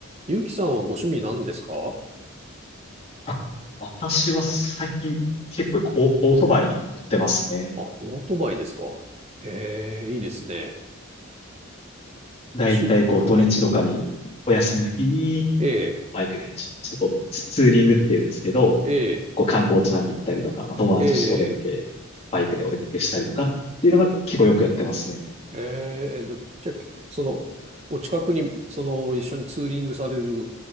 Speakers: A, on the right (about 30°); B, on the left (about 30°).
A: ゆうきさんはご趣味何ですかあ、
B: あ私は最近結構オ、オートバイに乗ってますね。
A: オートバイですかへえ、いいですね。
B: だいたいこう土日とかに、
A: しゅ、はい。
B: お休みの日に、
A: ええ、
B: バイクで、ちちょっとこうツ、ツーリングっていうんですけど、
A: ええ、
B: こう観光地なんか行ったりとか、まあ、友達とちょっとお出かけ、
A: ええ、
B: バイクでお出かけしたりとかっていうのが結構よくやってますね。
A: えええっと、じゃあ、その、お近くに、その、一緒にツーリングされる